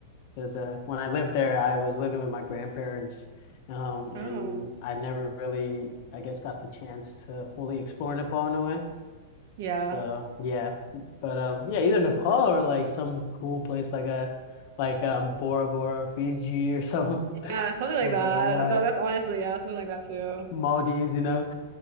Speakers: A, on the left; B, on the right.
A: Because uh when I lived there, I was living with my grandparents, um, and
B: Oh,
A: I never really, I guess, got the chance to fully explore Nepal in a way.
B: yeah.
A: So yeah, but um, yeah, either Nepal or like some cool place like a like um Bora Bora, Fiji or some <laughs>
B: Yeah, something
A: somewhere
B: like that.
A: like that,
B: That that's honestly, yeah, something like that too.
A: Maldives, you know.